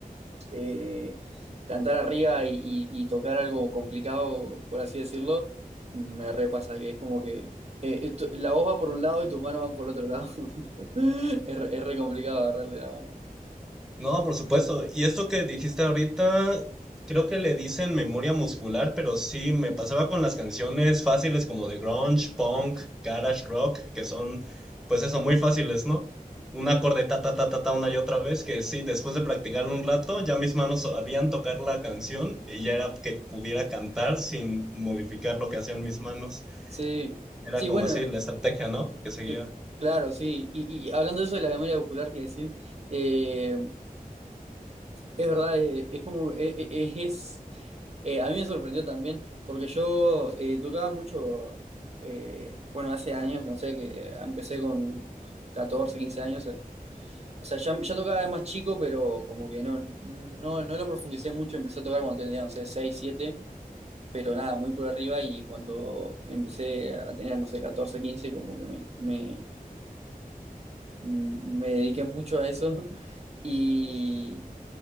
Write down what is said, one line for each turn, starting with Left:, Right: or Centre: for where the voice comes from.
Right: eh, cantar arriba y, y- y tocar algo complicado, por así decirlo, me repasa que es como que eh, eh, tu- la voz va por un lado y tus manos van por otro lado. <laughs> Es, re es re complicado agarrarle la mano.
Centre: No, por supuesto. Y esto que dijiste ahorita, creo que le dicen memoria muscular, pero sí me pasaba con las canciones fáciles como de grunge, punk, garage rock, que son, pues eso, muy fáciles, ¿no? Un acorde ta ta ta ta ta una y otra vez, que sí, después de practicarlo un rato, ya mis manos sabían tocar la canción y ya era que pudiera cantar sin modificar lo que hacían mis manos.
Right: Sí,
Centre: Era
Right: sí,
Centre: como
Right: bueno,
Centre: así la estrategia, ¿no? Que seguía.
Right: cl- claro, sí. Y, y hablando de eso de la memoria muscular que decís, eh, Es verdad, eh, es, como, eh, eh, eh, es, eh, a mí me sorprendió también, porque yo eh, tocaba mucho, eh, bueno, hace años, no sé, que empecé con 14 15 años, eh, o sea, ya, ya tocaba de más chico, pero como que no, no, no lo profundicé mucho, empecé a tocar cuando tenía, no sé, 6 7 pero nada, muy por arriba, y cuando empecé a tener, no sé, 14 15 como que me, me, mm, me dediqué mucho a eso <laughs> y,